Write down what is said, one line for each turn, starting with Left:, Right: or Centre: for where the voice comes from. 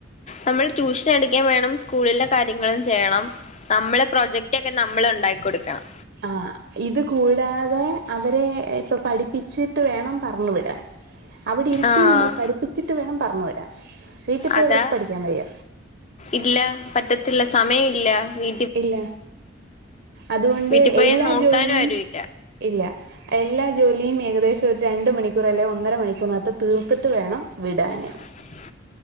Left: നമ്മൾ ട്യൂഷൻ എടുക്കയും വേണം സ്കൂളിലെ കാര്യങ്ങളും ചെയ്യണം നമ്മള് പ്രൊജക്റ്റ് ഒക്കെ നമ്മൾ ഉണ്ടാക്കി കൊടുക്കണം
Right: ആ ഇത് കൂടാതെ അവരെ ഇപ്പൊ പഠിപ്പിച്ച് ട്ട് വേണം പറഞ്ഞ് വിടാൻ അവിടെരുത്തി
Left: ആഹ്
Right: നമ്മൾ പഠിപ്പിച്ചിട്ട് വേണം പറഞ്ഞു വിടാൻ വീട്ടിൽ പോയി
Left: അതാ
Right: ഇവർക്ക് പഠിക്കാൻ വയ്യ
Left: ഇല്ല പറ്റത്തില്ല സമയം ഇല്ല വീ
Right: ഇല്ല അതുകൊണ്ട്
Left: വീട്ടിൽ പോയാ
Right: എല്ലാ
Left: നോക്കാനും
Right: ജോലിയും
Left: ആരുല്ല
Right: ഇല്ല എല്ലാ ജോലിയും ഏകദേശം ഒരു രണ്ട് മണിക്കൂർ അല്ലെ ഒന്നര മണിക്കൂറിനകത്ത് തീർത്തിട്ട് വേണം വിടാന്
Left: ഉ